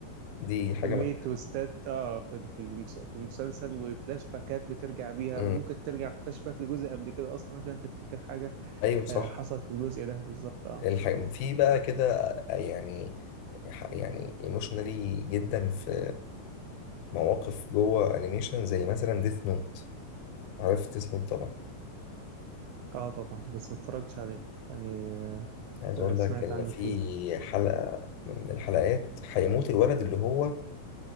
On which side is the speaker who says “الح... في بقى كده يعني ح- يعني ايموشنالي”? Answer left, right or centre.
Left